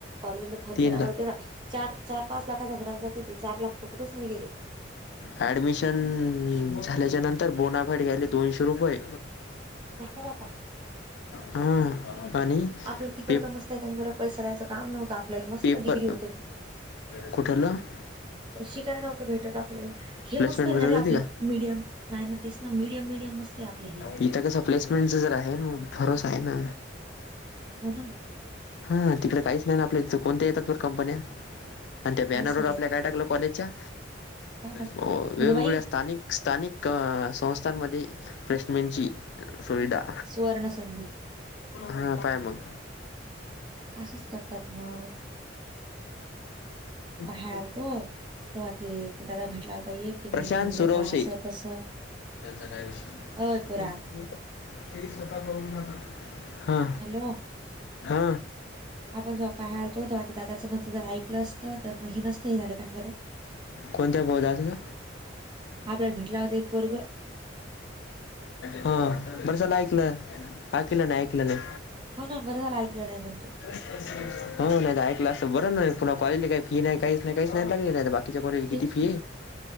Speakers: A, on the right (about 25°); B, on the left (about 65°).
A: कॉलेजला खर्च
B: तीन
A: लागल
B: लाख
A: तेवढा चार चार पाच लाखाच्या घरात जाते ते चार लाख तर कुठेच नाही गेले.
B: ॲडमिशन झाल्याच्या नंतर बोनाफाईट घ्यायला दोनशे रुपये
A: झालं बाबा
B: हा आणि
A: आपलं तिकडचं
B: ते
A: मस्त एकाने बरं पैसा द्यायचं काम नव्हतं आपल्याला मस्त
B: पेपर
A: डिग्री होत ती
B: कुठलं? <inaudible>
A: पण शिकाय नव्हतं भेटत आपल्याला हे
B: प्लेसमेंट
A: मस्त आहे
B: भरत
A: ना रे आपलं
B: होती का
A: मीडियम नाही ना तेच ना मिडियम मिडियम मस्त आहे आपलं हे
B: इथ कसं प्लेसमेंटच जर आहे ना भरोस आहे ना
A: हो ना
B: हा तिकडे काहीच नाही ना आपल्या इथ कोणत्या येतात कंपन्या आणि त्या बॅनरवर
A: काहीच नाही
B: आपल्या
A: येत
B: काय टाकलं कॉलेजच्या
A: काय टाकलं
B: वेगवेगळ
A: हो ना बाई
B: असत आणि स्थानिक संस्थांमध्ये प्लेस्टमेन्टची सुविधा
A: सुवर्णसंधी
B: हा पाय मग
A: असंच करतात मग ख्याल
B: <unintelligible>
A: तो तेव्हा ते ते दादा भेटला होता एक ते
B: प्रशांत
A: मने घेऊ
B: सुरवशे
A: नका असं तसं
B: <unintelligible>
A: अय पोरा
B: ते ही स्वतः करून नका हा
A: हॅलो
B: हा.
A: आपण जेव्हा पाय हलतो तेव्हा ते दादाचं म्हणज जर ऐकलं असतं तर हे नसतं हे झालं कां बर
B: कोणत्या पदाचा
A: आपल्याला भेटला होता एक पोरग
B: हा बरं झाल ऐकलं ऐकलं नाही ऐकलं नाही.
A: हो ना बरं झालं ऐकलं नाही म्हणतो.
B: हो नाही ऐकला असं बरं नाही पुन्हा कॉलेजली काही फी नाही काहीच नाही काहीच नाही बगली नाही बाकी बाकीच्या कॉलेजला किती
A: तेच
B: फी
A: ना
B: आहे.